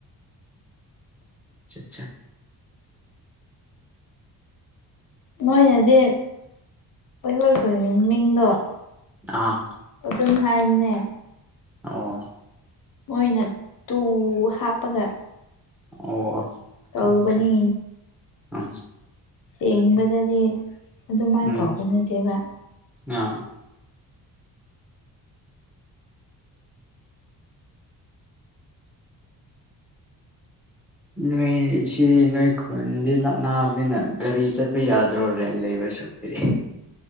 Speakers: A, in the centre; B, on the left.
A: ꯑꯆꯥꯆꯥ
B: ꯃꯣꯏꯅꯗꯤ ꯍꯣꯏ ꯍꯣꯏ ꯈꯨꯟꯒꯤ ꯃꯤꯡꯗꯣ
A: ꯑꯥ
B: ꯑꯗꯨꯝ ꯍꯥꯏꯕꯅꯦ
A: ꯑꯣ
B: ꯃꯣꯏꯅ ꯇꯨ ꯍꯥꯞꯄꯒ
A: ꯑꯣ
B: ꯀꯧꯕꯅꯤ
A: ꯈꯪꯉꯦ ꯈꯪꯉꯦ ꯑꯝ
B: ꯌꯦꯦꯥꯡꯕꯗꯗꯤ ꯑꯗꯨꯃꯥꯏ
A: ꯎꯝ
B: ꯀꯥꯎꯕ ꯅꯠꯇꯦꯕ
A: ꯑꯥ ꯅꯣꯏ ꯁꯤꯗꯤ ꯅꯣꯏ ꯈꯨꯟꯗꯤ ꯅꯛꯅꯥꯕꯅꯤꯅ ꯒꯥꯔꯤ ꯆꯠ ꯄ ꯌꯥꯗ꯭ꯔꯣ ꯔꯦꯟ ꯂꯩꯕꯁꯨ ꯄꯤꯔꯤ